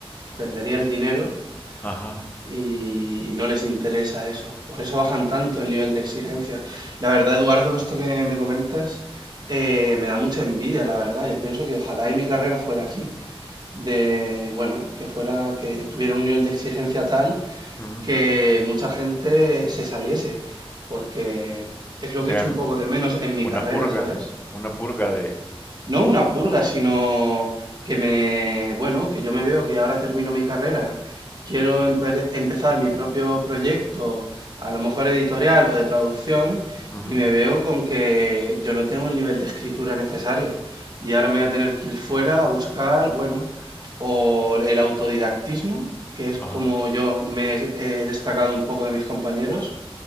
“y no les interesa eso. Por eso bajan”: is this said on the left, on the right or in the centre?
Right